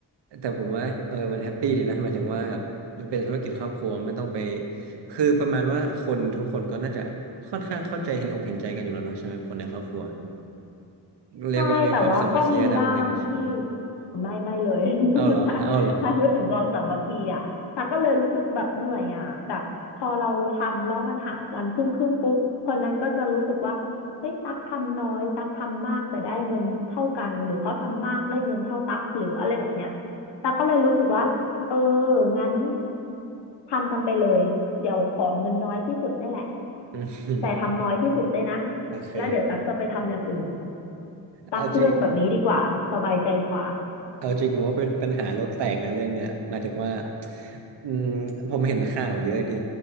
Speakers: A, on the right; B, on the left.
A: แต่ผมว่าเออมันแฮปปี้ดีนะหมายถึงว่าแบบมันเป็นธุรกิจครอบครัวไม่ต้องไปคือประมาณว่าคนทุกคนก็น่าจะค่อนข้างเข้าใจเห็นอกเห็นใจกันอยู่แล้วเนาะใช่ไหมคนในครอบครัวเรียกว่ามีความสามัคคีระดับหนึ่งใช่ไหม
B: ใช่แต่ว่าก็มีบ้างที่ไม่ไม่เลย <laughs>
A: เอาเหรอเอาเหรอ
B: ถ้าถ้าพูดถึงความสามัคคีอ่ะแต่ก็เลยรู้สึกแบบเหนื่อยอ่ะแบบพอเราทำแล้วมันหารกันครึ่งครึ่งปุ๊บคนนั้นก็จะรู้สึกว่าเฮ้ยตักทำน้อยตักทำมากแต่ได้เงินเท่ากันหรือเขาทำมากได้เงินเท่าตักหรืออะไรแบบเนี้ยตักก็เลยรู้สึกว่าเอองั้นทำกันไปเลยเดี๋ยวขอเงินน้อยที่สุดนี่แหละ
A: อืม
B: แต่ทำน้อยที่สุดด้วยนะ
A: <laughs> โอเค
B: แล้วเดี๋ยวตักจะไปทำอย่างอื่น ตักเลือกแบบนี้ดีกว่าสบายใจกว่า
A: เอาจริง เอาจริงผมว่าเป็นปัญหาโลกแตกนะเรื่องเนี้ยหมายถึงว่าอืมผมเห็นข่าวเยอะดิ